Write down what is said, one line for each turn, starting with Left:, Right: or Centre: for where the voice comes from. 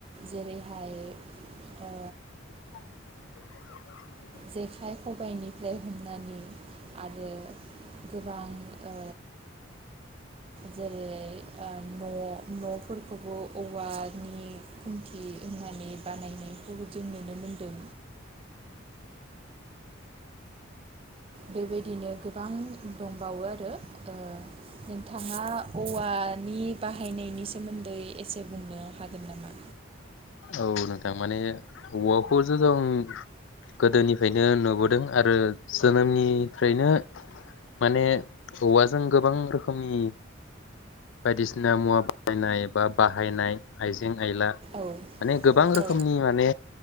Right: जेरैहाय ओ
Left: <unintelligible>
Right: जेखाइ खबाइनिफ्राय हमनानै आरो गोबां ओ जेरै ओ न' न'फोरखौबो औवानि खुन्थि होनानै बानायनायखौ जों नुनो मोनदों। बेबायदिनो गोबां दंबावो आरो ओ नोंथाङा औवानि बाहायनायनि सोमोन्दै एसे बुंनो हागोन नामा?
Left: औ नोंथां माने औवाखौ जो जों गोदोनिफ्रायनो नुबोदों आरो जोनोमनिफ्रायनो माने औवाजों गोबां रोखोमनि बायदिसिना मुवा <inaudible> बाहायनाय बा बाहायनाय आइजें आइला माने
Right: औ
Left: गोबां रोखोमनि
Right: औ
Left: माने